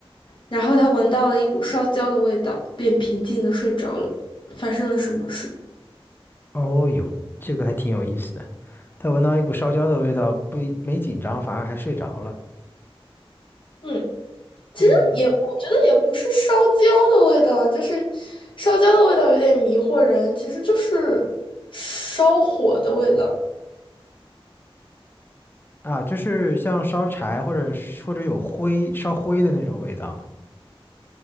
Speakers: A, on the left; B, on the left.
A: 然后他闻到了一股烧焦的味道，便平静的睡着了。发生了什么事？
B: 哦哟，这个还挺有意思的。他闻到一股烧焦的味道，不一没紧张，反而还睡着了。
A: 嗯，其实也，
B: 嗯，
A: 我觉得也不是烧焦的味道，就是烧焦的味道有点迷惑人，其实就是烧火的味道。
B: 啊，就是像烧柴或者是或者有灰烧灰的那种味道。